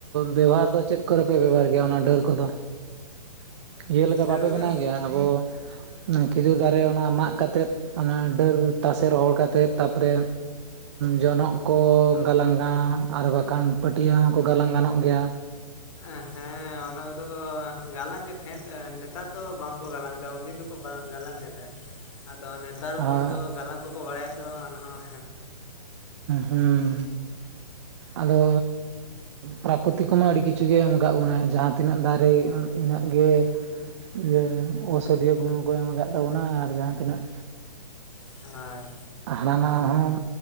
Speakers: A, on the right; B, on the left.
A: ᱵᱮᱵᱚᱦᱟᱨ ᱫᱚ ᱪᱮᱫ ᱠᱚᱨᱮᱯᱮ ᱵᱮᱵᱚᱦᱟᱨ ᱜᱮᱭᱟ ᱚᱱᱟ ᱰᱟᱹᱨ ᱠᱚᱫᱚ? ᱤᱭᱟᱹ ᱞᱮᱠᱟ
B: ᱰᱟᱹᱨ
A: ᱵᱟᱯᱮ
B: ᱠᱚᱫᱚ
A: ᱵᱮᱱᱟᱣ ᱜᱮᱭᱟ ᱟᱵᱚ ᱠᱷᱤᱡᱩᱨ ᱫᱟᱨᱮ ᱚᱱᱟ ᱢᱟᱜ ᱠᱟᱛᱮᱫ, ᱚᱱᱟ ᱰᱟᱹᱨ ᱛᱟᱥᱮ ᱨᱚᱦᱚᱲ ᱠᱟᱛᱮᱫ, ᱛᱟᱨᱯᱚᱨᱮ ᱡᱚᱱᱚᱜ ᱠᱚ ᱜᱟᱞᱟᱝᱼᱟ, ᱟᱨ ᱵᱟᱠᱷᱟᱱ ᱯᱟᱹᱴᱭᱟᱹ ᱦᱚᱸᱠᱚ ᱜᱟᱞᱟᱝ ᱜᱟᱱᱚᱜ ᱜᱮᱭᱟ᱾
B: ᱮ ᱦᱮᱸ ᱸ ᱚᱱᱟ ᱠᱚᱫᱚ ᱠᱚ ᱜᱟᱞᱟᱝ ᱜᱮ ᱛᱟᱦᱮᱸᱫ ᱱᱮᱛᱟᱨ ᱫᱚ ᱵᱟᱝᱠᱚ ᱜᱟᱞᱟᱝ ᱮᱫᱟ, ᱩᱱᱫᱤᱱ ᱫᱚᱠᱚ ᱜᱟᱞᱟᱝ ᱜᱮ ᱛᱟᱦᱮᱸᱫ᱾ ᱟᱫᱚ ᱱᱮᱛᱟᱨ
A: ᱟᱨ
B: ᱦᱚᱲ ᱫᱚ ᱜᱟᱞᱟᱝ ᱠᱚᱠᱚ ᱵᱟᱲᱟᱭᱟ ᱥᱮ ᱵᱟᱝ ᱚᱱᱟᱦᱚᱸ
A: ᱦᱩᱸ ᱟᱫᱚ ᱯᱨᱟᱠᱚᱛᱤᱠᱢᱟ ᱟᱹᱰᱤ ᱠᱤᱪᱷᱩ‌ ᱜᱮ ᱮᱢ ᱠᱟᱜ ᱵᱚᱱᱟᱭ, ᱡᱟᱦᱟᱸ ᱛᱤᱱᱟᱹᱜ ᱫᱟᱨᱮ ᱤᱱᱟᱹᱜ ᱜᱮ ᱤᱭᱟᱹ ᱚᱥᱩᱫᱷᱤᱭᱟᱹ ᱜᱩᱱ ᱠᱚ ᱮᱢ ᱟᱠᱟᱫ ᱛᱟᱵᱚᱱᱟ ᱟᱨ ᱡᱟᱦᱟᱸ ᱛᱤᱱᱟᱹᱜ
B: ᱦᱮᱭ
A: ᱦᱟᱱᱟ ᱱᱟᱶᱭᱟ ᱦᱚᱢ